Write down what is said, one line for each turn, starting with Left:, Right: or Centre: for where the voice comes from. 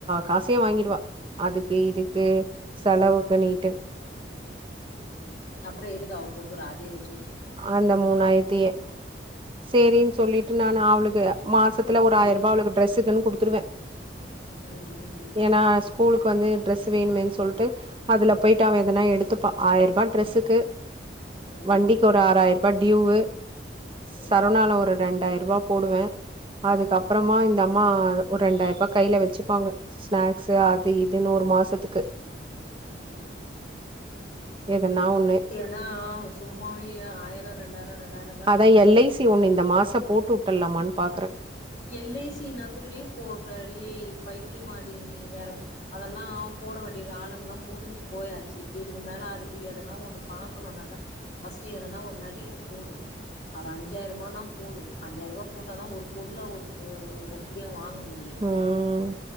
Right: காசையு வாங்கிடுவா அதுக்கு இதுக்கு
Left: ம்
Right: செலவுக்குண்ணிட்டு
Left: ம் ம் அப்றோ எதுக்கு அவ கொடுக்குற அதைய வச்சு
Right: அந்த மூணாய்ரத்தயே சேரின்
Left: ம்
Right: சொல்லிட்டு நா அவ்ளுக்கு மாசத்துல ஒரு
Left: செரி
Right: ஆயர்ரூபா அவ்ளுக்கு ட்ரெஸ்சுக்குனு குடுத்துருவே
Left: ம் ம்
Right: எனா ஸ்கூலுக்கு வந்து ட்ரெஸ் வேணுமேன் சொல்ட்டு அதுல போய்ட்டு
Left: ம்
Right: அவ எதனா எடுத்துப்பா ஆயர்ரூபா ட்ரெஸ்ஸுக்கு
Left: ம்
Right: வண்டிக்கு ஒரு ஆறாய்ரூபா டியூவு
Left: ம்
Right: சரவ்ணால ஒரு ரெண்டாயிர் ரூவா போடுவே அதுக்கப்பறமா
Left: ம்
Right: இந்தம்மா ஒரு ரெண்டாயிரூபா கைல வெச்சுப்பாங்க ஸ்நாக்ஸ்சு அது
Left: ம் ம்
Right: இதுன்னு ஒரு மாசத்துக்கு
Left: ம்
Right: எதனா ஒண்ணு
Left: ஏன்னா சும்மாவே இ ஆயரோ ரெண்டாயரோ ரெண்டாயரோ
Right: அதா எல் ஐ சி ஒண்ணு இந்த மாசோ போட்டுட்டலாமான் பாக்றே
Left: எல் ஐ சி ன்னாத்துக்டி போட்ற ஏய் பைத்தியமாடி நீ வேற அதெல்லா போட வேண்டிய காலங்கள்லா முடிஞ்சு போயாச்சு இதுக்கு மேல அதுக்கு எ எதனா ஒண்ணு பாக்கணுனாக்க ஃப்ர்ஸ்ட் எதனா ஒர் நகைக்கு போடு ஒரு அஞ்சாயர்பானா போடு அஞ்சாயர்வா போட்டாதா ஒரு பொருளா ஒரு பு உருப்டியா வாங்க முடியு
Right: ம்